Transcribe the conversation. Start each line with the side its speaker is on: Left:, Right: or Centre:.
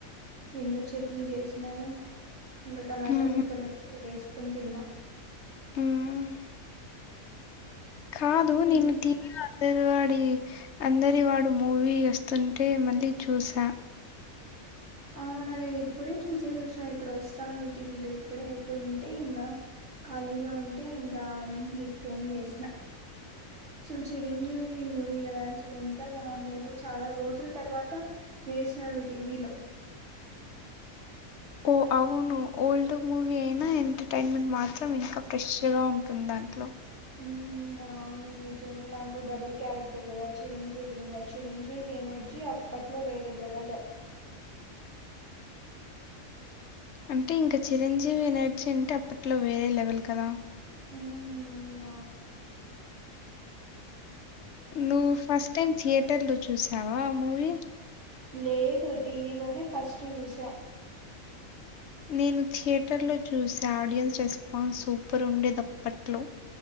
Right: ఏందో చట్నీ చేసినారు ఇంకా టమాటో
Left: ఉహు
Right: పిక్కలుంటే అది వేసుకొని తిన్నా
Left: మ్ కాదు నిన్ను
Right: ఏం-
Left: తి అందరి వాడి అందరి వాడు మూవీ వస్తుంటే మళ్ళీ చూసా
Right: అవునా నేను ఇప్పుడే చూసేసి వచ్చిన ఇప్పుడు వస్తాంది టీవీలో ఇప్పుడే అయిపోయింటే ఇంగా ఖాళీగా ఉంటే ఇంకా నీకు ఫోన్ చేసిన అసల్ చిరంజీవి మూవీ గదా అసలెంత బాగుంది అసల్ చాలా రోజుల్తర్వాత వేసినరు టీవీలో
Left: ఒ అవును ఓల్డ్ మూవీ అయినా ఎంటర్టైన్మెంట్ మాత్రం ఇంకా ఫ్రెష్ గా ఉం తుందట్లో
Right: ఊమ్ ఆ అవును నిజమే దాంట్లో డబుల్ క్యారెక్టర్ గదా చిరంజీవి ఇంగ చిరంజీవి ఎనర్జీ అప్ అప్పట్లో వేరే లెవెల
Left: అంటె ఇంక చిరంజీవి ఎనర్జీ అంటే అప్పట్లో వేరే లెవెల్ కదా
Right: ఊమ్ అవున్
Left: నువ్వు ఫస్ట్టైమ్ థియేటర్లో చూసావ ఆ మూవీ
Right: లేదు టీవీలోనే ఫస్ట్ జూస
Left: నేను థియేటర్లో చూసా ఆడియన్స్ రెస్పాన్స్ సూపర్ ఉండేదప్పట్లో